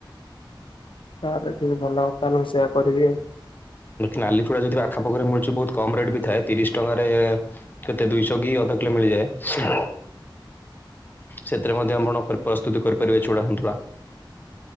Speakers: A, on the left; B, on the left.
A: ତାହେଲେ ଟଠିକ ଭଲ ତାହେଲେ ମୁଁ ସେୟା କରିବି ଆଉ।
B: ନାଲିଛୁଡା ଯଦି ପାଖାପାଖରେ ମିଳୁଛି ବହୁତ କମ ରେଟ୍ ବି ଥାଏ ତିରିଶ ଟଙ୍କାରେ କେତେ ଦୁଇଶହ କି ଅଧକିଲୋ ମିଳିଯାଏ। ସେଥିରେ ମଧ୍ୟ ଆପଣ ପ୍ରସ୍ତୁତି କରିପାରିବେ ଚୁଡ଼ାନ୍ତୁଳା।